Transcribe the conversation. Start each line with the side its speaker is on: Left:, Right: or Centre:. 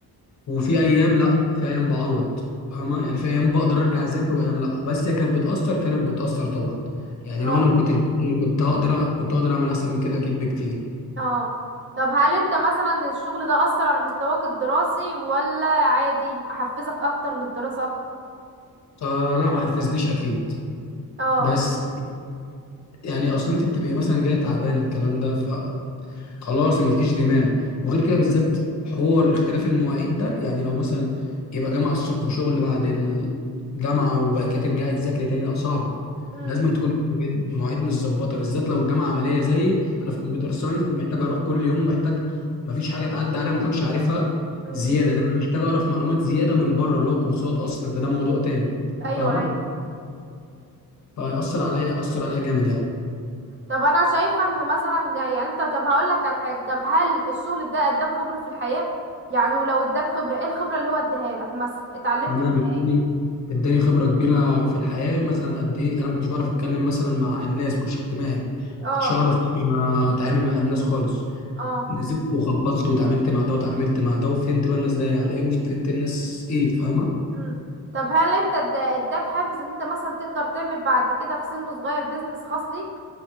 Left: وفي ايام لا في ايام بعوض فاهمه يعني في ايام بقدر ارجع اذاكر وايام لا بس هي كانت بتأثر كانت بتأثر طبعا يعني
Right: اه
Left: لو انا ما كنتش بشتغل كنت هقدر كنت هقدر اعمل احسن من كده اكيد بكتير
Right: اه طب هل انت مثلا الشغل ده أثر على مستواك الدراسي ولا عادي حفزك اكتر للدراسة
Left: آه لا ما حفزنيش اكيد
Right: اه
Left: بس يعني اصلا انت بتبقي مثلا جايه تعبانه الكلام ده فخلاص ما فيش دماغ وغير كده بالذات حوار اختلاف المواعيد ده يعني لو مثلا يبقى جامعه الصبح وشغل بعد الجامعه وبعد كده ترجعي تذاكري تاني لا صعبه
Right: امم
Left: لازم تكون مواعيد مواعيد متظبطه بالذات لو الجامعه عمليه زيي انا في كمبيوتر ساينس ومحتاج اروح كل يوم ومحتاج ما فيش حاجه تعدي عليا ما اكونش عارفها
Right: امم
Left: زياده ده انا محتاج اعرف معلومات زياده من بره اللي هو كورسات اصلا ده ده موضوع تاني
Right: ايوه
Left: فاهمه
Right: ايوه
Left: فيأثر عليا أثر عليا جامد يعني
Right: طب انا شايفة ان مثلا يعني انت طب هقول لك على حاجة طب هل الشغل ده اداك خبرة في الحياة يعني ولو اداك خبرة ايه الخبرة اللي هو اديها لك مثلا اتعلمت
Left: تمام
Right: منها
Left: اداني
Right: ايه
Left: اداني خبره كبيره في الحياه مثلا قد ايه انا ما كنتش بعرف اتكلم مثلا مع الناس كنتش اجتماعي ما
Right: اه
Left: كنتش اعرف ما اتعامل مع الناس خالص
Right: اه
Left: نزلت وخبطت وتعاملت مع ده وتعاملت مع ده وفهمت بقى الناس دايره على ايه وفهمت الناس ايه فاهمه
Right: امم طب هل انت ادا- اداك حافز ان انت مثلا تقدر تعمل بعد كده في سن صغير بيزنس خاص ليك